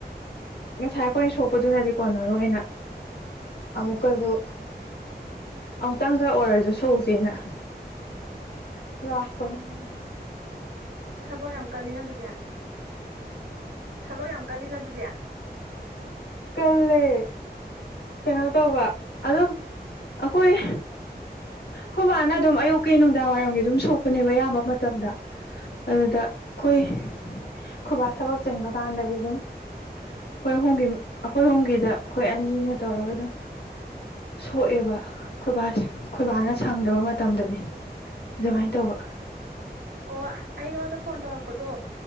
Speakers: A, on the left (about 70°); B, on the right (about 85°).
A: ꯉꯁꯥꯏ ꯑꯩꯈꯣꯏꯅ ꯁꯣꯛꯄꯗꯨꯅꯗꯤ ꯀꯣꯟꯅꯔꯣꯏꯅ ꯑꯃꯨꯛꯀꯁꯨ ꯑꯃꯨꯛꯇꯪꯒ ꯑꯣꯏꯔꯁꯨ ꯁꯣꯛꯎꯁꯦꯅ <unintelligible>
B: ꯑꯣ ꯊꯕꯛ ꯌꯥꯝ ꯀꯥꯜꯂꯤꯅ ꯑꯗꯨꯗꯤ ꯊꯕꯛ ꯌꯥꯝ ꯀꯜꯂꯤꯅ ꯑꯗꯨꯗꯤ
A: ꯀꯜꯂꯦ ꯀꯩꯅꯣ ꯇꯧꯕ ꯑꯗꯨꯝ ꯑꯩꯈꯣꯏ ꯈꯣꯏꯕꯥꯅ ꯑꯗꯨꯝ ꯑꯌꯨꯛꯀꯤ ꯅꯨꯡꯗꯥꯡ ꯋꯥꯏꯔꯝꯒꯤ ꯑꯗꯨꯝ ꯁꯣꯛꯄꯅꯦꯕ ꯑꯌꯥꯝꯕ ꯃꯇꯝꯗ ꯑꯗꯨꯗ ꯑꯈꯣꯏ ꯈꯣꯏꯕꯥ ꯊꯕꯛ ꯆꯤꯟꯕ ꯀꯥꯟꯗꯗꯤ ꯑꯗꯨꯝ ꯑꯩꯈꯣꯏ ꯑꯍꯨꯝꯒꯤ ꯑꯩꯈꯣꯏ ꯑꯍꯨꯝꯒꯤꯗ ꯑꯩꯈꯣꯏ ꯑꯅꯤꯅ ꯇꯧꯔꯒ ꯑꯗꯨꯝ ꯁꯣꯛꯑꯦꯕ ꯈꯣꯏꯕꯥ ꯈꯣꯏꯕꯥꯅ ꯁꯪꯗꯕ ꯃꯇꯝꯗꯗꯤ ꯑꯗꯨꯃꯥꯏꯅ ꯇꯧꯕ
B: ꯑꯣ ꯑꯩ ꯅꯉꯣꯟꯗ ꯐꯣꯟ ꯇꯧꯔꯛꯄꯗꯣ